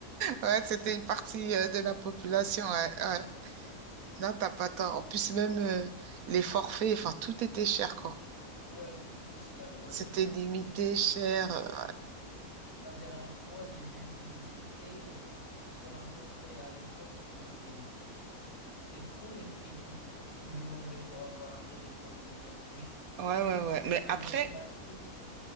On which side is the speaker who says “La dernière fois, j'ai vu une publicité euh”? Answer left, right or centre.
Left